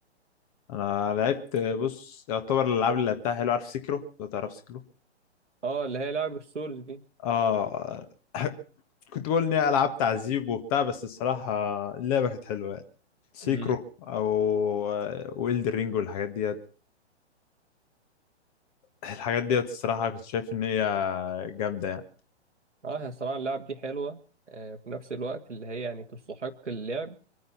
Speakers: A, on the left; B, on the right.
A: انا لعبت بص يعتبر الالعاب اللي لعبتها حلو عارف سيكرو لو تعرف سيكرو
B: اه اللي هي لعبه السولز دي
A: اه <laughs> كنت بقول اني العاب تعذيب وبتاع بس الصراحة اللعبة كانت حلوة يعني. سيكرو
B: امم
A: او ويلد رينج والحاجات دي الحاجات ديت الصراحة كنت شايف إن هي جامدة يعني
B: اه هي الصراحه اللعب دي حلوه آه، في نفس الوقت اللي هي يعني تستحق اللعب